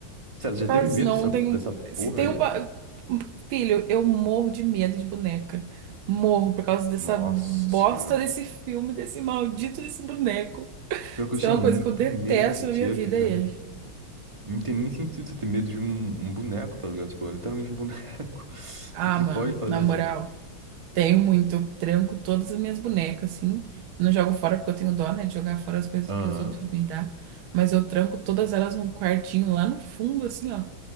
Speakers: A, on the right; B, on the right.
A: Sério, já
B: Fala
A: teve
B: disso
A: medo
B: não.
A: dessa,
B: Tenho...
A: dessa
B: Se
A: porra
B: tem
A: aí?
B: um. ba- Filho, eu morro de medo de boneca. Morro por causa dessa
A: Nossa
B: bosta
A: senhora.
B: desse filme, desse maldito desse boneco.
A: Pior que
B: Isso
A: eu tinha
B: é uma
A: muito
B: coisa que eu detesto
A: medo desse Chuck,
B: na minha vida,
A: cara.
B: é ele.
A: Não tem nem sentido você ter medo de um, um boneco, tá ligado? Tipo, é literalmente um boneco. <laughs>
B: Ah,
A: O que que ele
B: mano,
A: pode fazer,
B: na moral,
A: sabe?
B: tenho muito. Eu tranco todas as minhas bonecas, assim. Não jogo fora porque eu tenho dó, né, de jogar fora as coisas
A: Aham.
B: que os outros me dão. Mas eu tranco todas elas num quartinho lá no fundo, assim, ó.